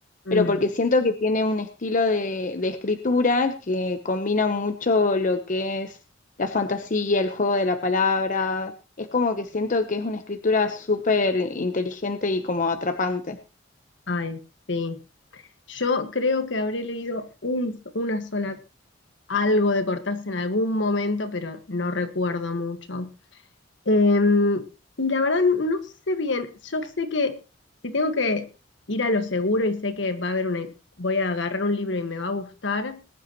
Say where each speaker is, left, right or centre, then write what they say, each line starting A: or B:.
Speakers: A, on the left; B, on the left.
A: Mm,
B: pero porque siento que tiene un estilo de, de escritura que combina mucho lo que es la fantasía, el juego de la palabra. Es como que siento que es una escritura súper inteligente y como atrapante.
A: ay, sí. Yo creo que habré leído un- una sola, algo de Cortázar en algún momento, pero no recuerdo mucho. Em, y la verdad no sé bien. Yo sé que si tengo que ir a lo seguro y sé que va a haber una, voy a agarrar un libro y me va a gustar,